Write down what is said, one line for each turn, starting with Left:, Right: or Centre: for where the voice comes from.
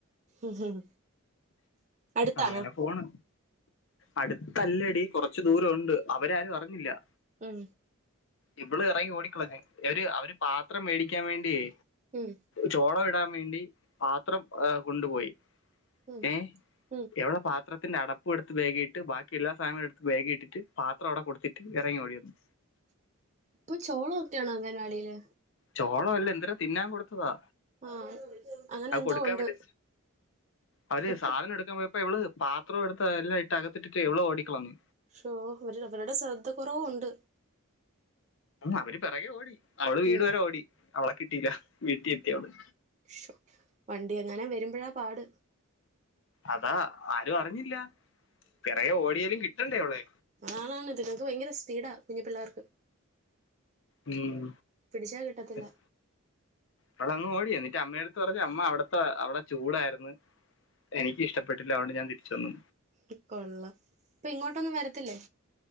Right: ഉം. അടുത്താണോ
Left: അങ്ങനെ പോണ് അടുത്തല്ലെടി കൊറച്ച് ദൂരം ഒണ്ട് അവരാരും അറിഞ്ഞില്ലാ
Right: ഉം
Left: ഇവള് എറങ്ങി ഓടിക്കളഞ്ഞ് എവര് അവര് പാത്രം മേടിക്കാൻ വേണ്ടിയേ
Right: ഉം
Left: ചോളം ഇടാൻ വേണ്ടി പാത്രം ആഹ് കൊണ്ടുപോയി
Right: ഉം
Left: ഏഹ്
Right: ഉം
Left: എവളെ പാത്രം ഇതിന്റെ അടപ്പ് എടുത്ത് ബാഗിട്ട് ബാക്കി എല്ലാ സാധനങ്ങൾ എടുത്ത് ബാഗി ഇട്ടിട്ട് പാത്രം അവിടെ കൊടുത്തിട്ട് ഇറങ്ങി ഓടി വന്നു
Right: ഇപ്പൊ ചോള ഒക്കെ ആണോ അംഗൻവാടിയില്
Left: ചോളോ അല്ല എന്തിനാ തിന്നാൻ കൊടുത്തതാ
Right: ആഹ് അങ്ങനെ
Left: അത്
Right: എന്തോ
Left: കൊടുക്കാൻ
Right: ഉണ്ട്
Left: വേണ്ടി അവര്
Right: ഉപ്പ്
Left: സാധനം എടുക്കാൻ പോയ അപ്പ ഇവള് പത്രം എടുത്ത് എല്ലാം ഇട്ട് അകത്തിട്ട് ഇവള്ഓടികളഞ്ഞു
Right: ശോ ഇവരുടെ ശ്രദ്ധ കുറവും ഉണ്ട്
Left: അവര് പിറകെ ഓടി അവള് വീട്
Right: ഉം
Left: വരെ ഓടി അവളെ കിട്ടീല്ല വീട്ടി എത്തി അവള്.
Right: ശ് വണ്ടി എങ്ങാനും വരുമ്പോഴാ പാട്
Left: അതാ ആരും അറിഞ്ഞില്ല പിറകെ ഓടിയലും കിട്ടണ്ടേ അവളെ
Right: ആണാണ് ഇത്ങ്ങൾക്ക് ഭയങ്കര സ്പീടാ കുഞ്ഞു പിള്ളേർക്ക്
Left: ഉം
Right: പിടിച്ചാ കിട്ടത്തില്ല
Left: ഏഹ് അവളങ്ങ് ഓടി എന്നിട്ട് അമ്മയടുത്ത് പറഞ്ഞ് അമ്മ അവിടുത്ത് പറഞ്ഞു അമ്മ അവിടെ ചൂടായിരുന്നു എനിക്ക് ഇഷ്ടപ്പെട്ടി യില്ല അതോണ്ട് ഞാൻ തിരിച്ച് വന്നു.
Right: ട്ടി കൊള്ളാം ഇപ്പൊ ഇങ്ങോട്ടൊന്നും വരത്തില്ലേ?